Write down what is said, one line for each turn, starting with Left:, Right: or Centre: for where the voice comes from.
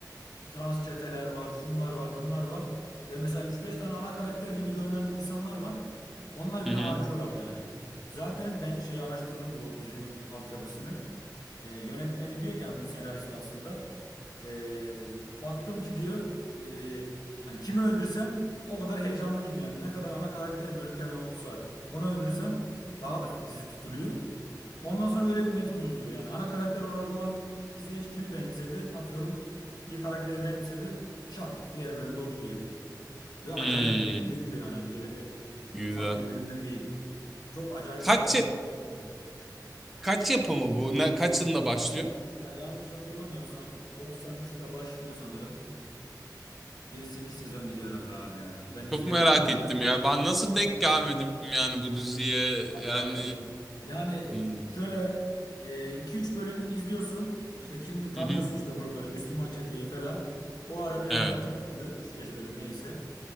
Left: trans çeteler var, şunlar var, bunlar var. Ve mesela üç beş tane ana karakter gibi görünen insanlar var. Onlar bile
Centre: Hı hı.
Left: harcıyorlar yani. Zaten ben şeyi araştırdım bu dizinin altyapısını. Ee, yönetmeni diyor ki yani bunun senaristi aslında. Ee, baktım ki diyor ee, hani kimi öldürsem o kadar heyecanlı gidiyor yani. Ne kadar ana karakter görürken olursa onu öldürsem daha da dizi tutuluyor. Ondan sonra öyle bir metot uyguluyor yani. Ana karakter olarak o an izleyici kimi benimsedi? Atıyorum bir karakteri benimsedi. Şak. Diğer bölümde o gidiyor. Ve acayip
Centre: Hmm,
Left: bir şekilde gidiyor yani. Hani öyle bir
Centre: güzel.
Left: ufak bir ölümle değil. Çok acayip
Centre: Kaç
Left: olaylar
Centre: ya-
Left: dönüyor
Centre: kaç yapımı bu? Ne, kaç yılında başlıyor?
Left: Ya yanlış hatırlamıyorsam 93'te başlıyor sanırım. 7-8 sezon gidiyor herhalde abi ya. Ben izleyeli
Centre: Çok merak
Left: bayağı
Centre: ettim
Left: bir oldu.
Centre: ya. Ben nasıl denk gelmedim yani bu diziye?
Left: Acayip.
Centre: Yani
Left: Yani e,
Centre: hmm,
Left: şöyle e, iki üç bölüm izliyorsun. İşte kim tanıyorsun
Centre: hı hı.
Left: işte grupları Müslüman çeteyi falan. O ara bir hani
Centre: Evet.
Left: yavaş gidiyor üç beş bölüm neyse.